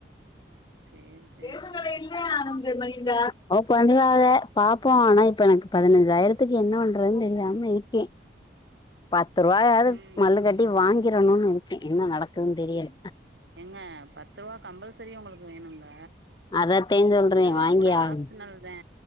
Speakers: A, on the right; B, on the left.
A: சேரி சேரி
B: <unintelligible>
A: சேரி சேரி
B: ஓ பண்றாக பாப்போ அனா இப்ப எனக்கு பதினஞ்சாயிரத்துக்கு என்ன பண்றதுன் தெரியாம இருக்கே பத்து ருவாயாது
A: ம்
B: மல்லு கட்டி வாங்கிரனுன் இருக்கே என்ன நடக்குதுன் தெரியல
A: எங்க பத்து ருவா கம்பல்சரி உங்களுக்கு வேணுங்க
B: அதத்தே சொல்றே
A: அஞ்சுருவா
B: வாங்கி
A: கூட
B: ஆகணு
A: ஆப்ஷனல் தெ